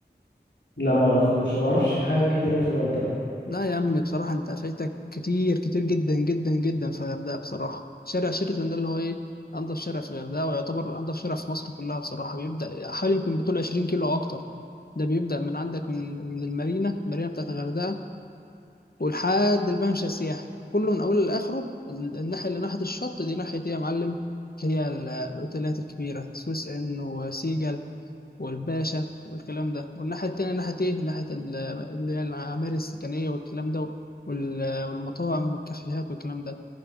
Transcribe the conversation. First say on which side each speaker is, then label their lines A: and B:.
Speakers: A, on the left; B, on the left.
A: لا ما اعرفوش انا ما اعرفش حاجه كتيره في الغردقه
B: لا يا عم بصراحة أنت فايتك كتير كتير جدا جدا جدا في الغردقة بصراحة شارع شيراتون ده اللي هو إيه أنضف شارع في الغردقة ويعتبر أنضف شارع في مصر كلها بصراحة بيبدأ حوالي يمكن بطول 20 كيلو أو أكتر ده بيبدأ من عندك من من المارينا المارينا بتاعت الغردقة ولحد الممشى السياحي كله من اوله لاخره ال- الناحيه اللي ناحيه الشط دي ناحيه ايه يا معلم هي ال- الاوتيلات الكبيره سويس ان وسيجل والباشا والكلام ده والناحيه التانيه ناحيه ايه ناحيه ال- اللي هي العماير السكنيه والكلام ده وال- والمطاعم والكافيهات والكلام ده